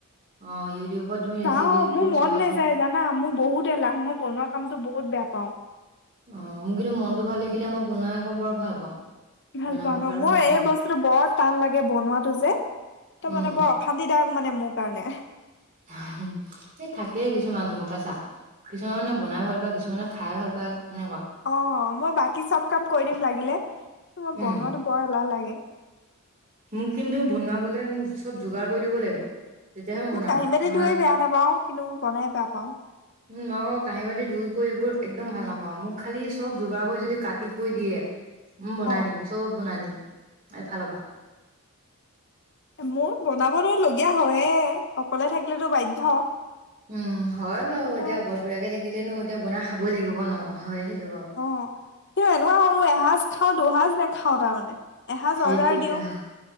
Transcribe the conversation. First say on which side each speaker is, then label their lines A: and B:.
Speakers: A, on the right; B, on the left.
A: অ ইউটিউবত তুমি
B: চাও
A: ৰেচিপিবোৰ
B: মোৰ মন
A: চাবাচোন
B: নেযায় জানা মোৰ বহুত এলাহ মই বনোৱা কামতো বহুত বেয়া পাওঁ
A: অ মোৰ কিন্তু মনটো ভাল থাকিলে মই বনাই আকৌ বৰ ভাল পাওঁ।
B: ভাল
A: বনাব
B: পোৱা ন
A: পাৰো
B: মোৰ
A: মই ধুনীয়াকে
B: এই বস্তুটো বৰ টান লাগে বনোৱাটো যে তো
A: উম
B: মানে বৰ অশান্তিদায়ক মানে মোৰ কাৰণে।
A: হ হ সে থাকেই কিছুমান গম পাইছা কিছুমান মে বনাই ভাল পায় কিছুমানে খাই ভাল পায়। সেনেকুৱা
B: অ মই বাকী চব কাম কৰি দিম লাগিলে কিন্তু মই
A: উম
B: বনোৱাটো বৰ এলাহ লাগে।
A: মোক কিন্তু বনাবলৈ মোক চব যোগাৰ কৰি দিব লাগিব। তেতিয়াহে মই
B: মোক
A: বনাম
B: কাহি বাতি
A: নহলে
B: ধুই বেয়া নাপাওঁ কিন্তু বনাই বেয়া পাওঁ।
A: উম মই আকৌ কাঁহী বাতি ধুই কৈ এইবোৰ একদম ভাল নাপাওঁ মোক খালি চব যোগাৰ কৰি যদি কাটি কৰি দিয়ে উম, বনাই
B: অ
A: দিম চব বনাই দিম এফালৰ পা
B: মোৰ বনাবতো লগীয়া হয়ে অকলে থাকিলেতো বাধ্য।
A: উম, হয় বাৰু
B: কিন্তু
A: এতিয়া অকলশৰীয়াকে থাকিলেনো এতিয়া বনাই খাবই লাগিব ন' হয় বাৰু
B: অহ, হে এনেকুৱা কৰু এসাঁজ খাও দুহাঁজ নেখাওঁ তাৰমানে। এসাঁজ
A: সেই
B: অৰ্ডাৰ
A: তেৰিকা
B: দিওঁ